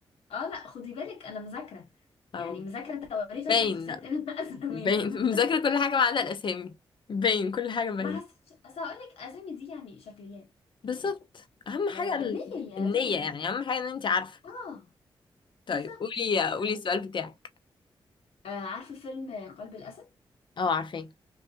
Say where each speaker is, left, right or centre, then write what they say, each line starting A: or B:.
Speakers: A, on the left (about 80°); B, on the left (about 55°).
A: اه لا خدي بالك انا مذاكره
B: او
A: يعني مذاكره تواريخ
B: باين
A: الشخصيات
B: لا
A: اللي انا اسميهم
B: باين <laughs> مذاكرة كل حاجة ما عدا الاسامي باين كل حاجة
A: <laughs>
B: باين
A: ما حسيتش اصل هقول لك اسامي دي يعني شكليات
B: بالظبط
A: يعني
B: اهم حاجة
A: أنا
B: ال-
A: ليه يعني
B: النية
A: هتفرق ايه
B: يعني اهم حاجة ان انت عارفة
A: اه
B: طيب
A: بالظبط
B: قولي
A: يلا
B: قولي السؤال بتاعك
A: آه عارفه فيلم قلب الاسد
B: اه عارفين